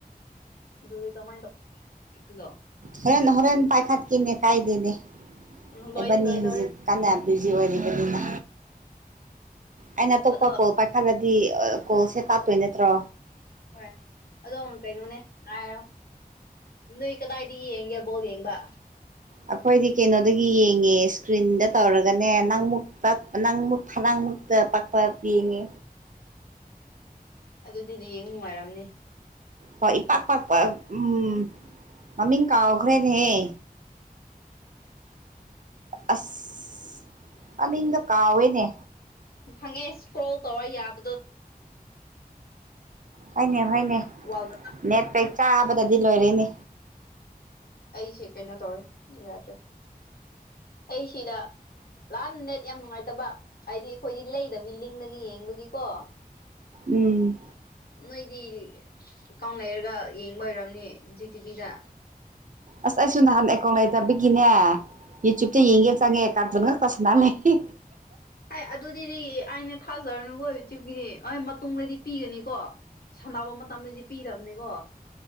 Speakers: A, on the left; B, on the right.
A: ꯑꯗꯨꯏ ꯀꯃꯥꯏ ꯅ
B: ꯍꯔꯦꯟ ꯍꯣꯔꯦꯟꯦꯟ ꯄꯥꯏꯈꯠ ꯀꯅꯦ ꯀꯥꯏꯗꯦꯅꯦ
A: ꯎꯝ ꯂꯣꯏꯗꯤ
B: ꯑꯦꯕꯅꯤ
A: ꯂꯣꯏꯗꯧꯔꯦ
B: ꯍꯧꯖꯤꯛ ꯀꯥꯟꯕꯤ ꯍꯧꯖꯤꯛ ꯑꯣꯏꯔꯤꯕꯅꯤꯅ ꯑꯩꯅ ꯑ ꯇꯞꯄ
A: ꯑꯗꯣ
B: ꯀꯣ ꯄꯥꯏꯈꯜꯂꯗꯤ ꯗꯤ ꯀꯣꯜꯁꯦ ꯇꯥꯠꯇꯣꯏ ꯅꯠꯇ꯭ꯔꯣ
A: ꯍꯣꯏ ꯑꯗꯣ ꯀꯩꯅꯣꯅꯦ ꯉꯥꯏꯔꯣ ꯅꯣꯏ ꯀꯗꯥꯏꯗ ꯌꯦꯡꯒꯦ ꯕꯣꯜ ꯌꯦꯡꯕ
B: ꯑꯩꯈꯣꯏꯗꯤ ꯀꯩꯅꯣꯗꯒꯤ ꯌꯦꯡꯉꯦ ꯏꯁꯀ꯭ꯔꯤꯟꯗ ꯇꯧꯔꯒꯅꯦ ꯅꯪꯃꯨꯛ ꯄ ꯅꯪꯃꯨꯛ ꯐꯅꯥꯡꯃꯨꯛꯇ ꯄꯛꯄ ꯌꯦꯡꯉꯦ
A: ꯑꯗꯨꯗꯤꯗꯤ ꯌꯦꯡ ꯅꯨꯡꯉꯥꯏꯔꯝꯅꯤ
B: ꯍꯣꯏ ꯏ ꯄ ꯄꯄ ꯎꯝ ꯃꯃꯤꯡ ꯀꯥꯎꯈ꯭ꯔꯦꯅꯦꯍꯦ ꯑꯁ ꯃꯃꯤꯡꯗꯣ ꯀꯥꯎꯋꯦꯅꯦ
A: ꯈꯪꯉꯦ ꯏꯁꯀ꯭ꯔꯣꯜ ꯇꯧꯔ ꯌꯥꯕ꯭ꯔ
B: ꯍꯅꯦ ꯍꯅꯦ
A: ꯋꯥꯜꯗ
B: ꯅꯦꯠꯦꯛ ꯆꯥꯕꯗꯗꯤ ꯂꯣꯏꯔꯦꯅꯦ
A: ꯑꯩꯁꯦ ꯀꯩꯅꯣ ꯇꯧꯔꯦ ꯌꯥꯗ꯭ꯔꯦ ꯑꯩ ꯁꯤꯗ ꯂꯥꯟ ꯅꯦꯠ ꯌꯥꯝ ꯅꯨꯡꯉꯥꯏꯇꯕ ꯍꯥꯏꯗꯤ ꯑꯩꯈꯣꯏꯗꯤ ꯂꯩꯗꯕꯤ ꯂꯤꯡꯗꯒꯤ ꯌꯦꯡꯕꯒꯤꯀꯣ
B: ꯎꯝ
A: ꯅꯣꯏꯗꯤꯒꯦ ꯑꯦꯀꯥꯎꯟ ꯂꯩꯔꯒ ꯌꯦꯡꯕ ꯑꯣꯏꯔꯝꯅꯤ ꯖꯤ ꯇꯤꯚꯤꯗ
B: ꯑꯁ ꯑꯩꯁꯨ ꯅꯍꯥꯟ ꯑꯩꯀꯣ ꯂꯩꯇꯕꯤꯒꯤꯅꯦ ꯌꯨꯇ꯭ꯨꯕꯇ ꯌꯦꯡꯒꯦ ꯆꯪꯉꯦ ꯀꯥꯔꯇꯨꯟ ꯈꯛꯇ ꯁꯅꯥ ꯂꯩ
A: ꯍꯥꯏ ꯑꯗꯨꯗꯤꯗꯤ ꯑꯅꯦ ꯊꯥꯖꯔꯅꯨꯀꯣ ꯏꯆꯤꯞꯀꯤꯗꯤ ꯍꯣꯏ ꯃꯇꯨꯡꯗꯗꯤ ꯄꯤꯒꯅꯤꯀꯣ ꯁꯥꯟꯅꯕ ꯃꯇꯝꯗꯗꯤ ꯄꯤꯗꯕꯅꯤꯀꯣ